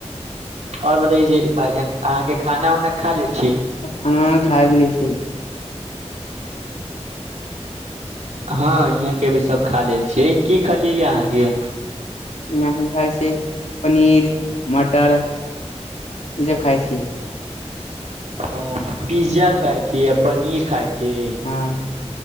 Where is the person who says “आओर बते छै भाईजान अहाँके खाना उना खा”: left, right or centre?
Right